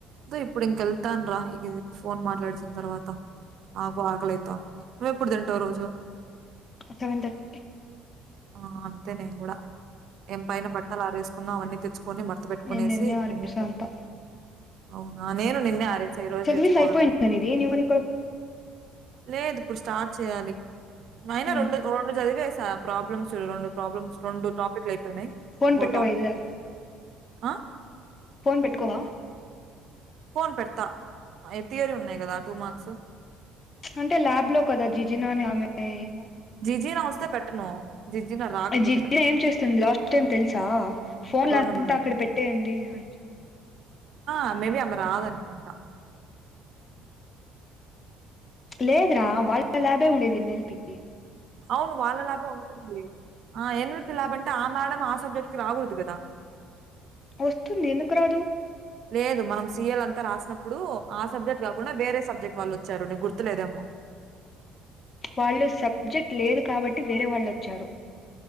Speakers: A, on the right; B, on the left.
A: తే ఇప్పుడు ఇంక వెళ్తాను రా ఇప్పుడు ఈ ఫోన్ మాట్లాడేసిన తర్వాత నాకు ఆకలి ఐతుంది నువ్వు ఎప్పుడు తింటావు రోజు
B: సెవెన్ థర్టీ
A: ఆ అంతే నేను కూడా ఏం పైన బట్టలు ఆారేసి ఉన్నవన్నీ తెచ్ కొని మర్త పెట్టుకునేసి
B: నేను నిన్నే ఆరేసా
A: ఇ
B: అంతా
A: అవునా నేను నిన్నే ఆరేసా ఈ రోజు
B: చదివింది
A: తెచ్చుకోవాలని
B: అయిపోయింది నీది న్యూమరికల్
A: లేదు ఇప్పుడు స్టార్ట్ చేయాలి నైనా
B: ఆప్టిమైజేషన్.
A: రెడు రెండు జదివేసా ప్రాబ్లమ్స్ ఉ రొండు ప్రాబ్లమ్స్ రెండు టాపిక్లు అయిపోయినాయి
B: ఫోన్
A: ఇంకో
B: పెట్టవా
A: టాపిక్
B: ఇదిదా
A: ఆ
B: ఫోన్ పెట్టుకోవా
A: ఫోన్ పెడతా థయరీ ఉన్నాయి కదా టూ మార్క్స్
B: అంటే ల్యాబ్ లో కదా జిజినోని ఆమె ఏమో
A: జిజినా వస్తే పెట్టను జీజీనా రాకపోతే
B: జిజిన
A: పెడతా.
B: ఏం చేస్తుంది లాస్ట్ టైమ్ తెలుసా ఫోన్
A: రోల్
B: లో
A: నంబర్
B: అంతా
A: వేసి.
B: అక్కడ పెట్టేయండి అని చెప్
A: ఆ మేబి అమ రాధనుకుంట
B: లేదరా వాళ్ల్ లాభే ఉండేది ఎనల్పికి
A: అవును వాళ్ళ లాభే ఉంటుంది ఆ ఎన్ లాభంటే ఆ మేడం ఆ స్కూ సబ్జెక్ట్ కి రాకూడదు కదా
B: వస్తుంది ఎందుకు రాదు
A: లేదు మనం సిఎల్ అంతా రాసినం ఇప్పుడు ఆ సబ్జెక్ట కాకుండా వేరే సబ్జెక్ట్ వాళ్ళు వచ్చారు నీకు గుర్తులేదేమో
B: వాళ్ళు సబ్జెక్ట్ లేదు కాబట్టి వేరే వాళ్ళొచ్చారు